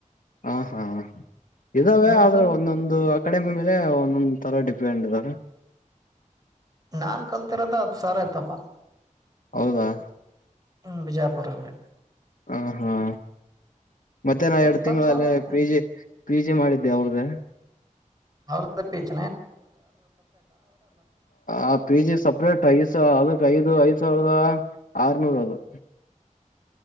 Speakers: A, on the left; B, on the right.
A: ಹ ಹಾ ಇದಾವೆ
B: ನಿಮ್ದು
A: ಆದ್ರೆ ಒಂದೊಂದು ಕಡಿಮೆ ಮೇಲೆ ಒಂದೊಂದ್ ತರ ಡಿಪೆಂಡ್ ಇದ್ರ
B: ನಾನ್ ಕಲ್ತಿರೋದ ಹತ್ ಸಾರ ಆಯ್ತಪಾ
A: ಹೌದಾ
B: ಹ್ಮ್ ಬಿಜಾಪುರ್ ಅಲ್ಲ
A: ಹ ಹಾ ಮತ್ತೆ
B: ಅವ್ರ
A: ನಾ ಎರಡ್
B: ಇಪ್ಪತ್
A: ತಿಂಗಳಲ್ಲ
B: ಸಾವಿರ
A: ಪಿ ಜಿ ಪಿ ಜಿ ಮಾಡಿದ್ದೆ ಅವ್ರ್ದ
B: ಅವ್ರ ಪೇಚ
A: ಆ ಪಿಜಿ ಸಪ್ರೇಟ್ ಐಸ ಅದಕ್ ಐದು ಐದು ಎ ಸಾವಿರದ ಆರ್ನೂರ ಅವತ್ತು